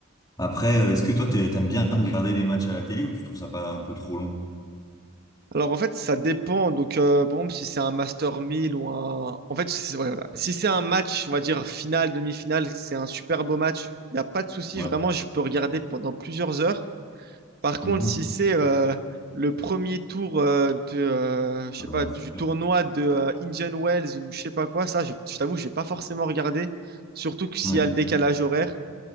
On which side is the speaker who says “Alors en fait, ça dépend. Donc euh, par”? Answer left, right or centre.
Right